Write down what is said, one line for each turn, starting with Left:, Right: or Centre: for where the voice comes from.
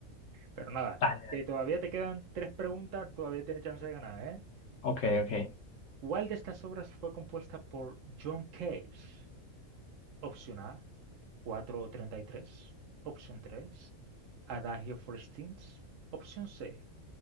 Right: Pero nada,
Left: Dale, dale.
Right: que todavía te quedan tres preguntas, todavía tienes chance de ganar, ¿eh?
Left: Ok, ok.
Right: ¿Cuál de estas obras fue compuesta por John Cage? Opción A, 433. Opción 3. Adagio Forestines. Opción C,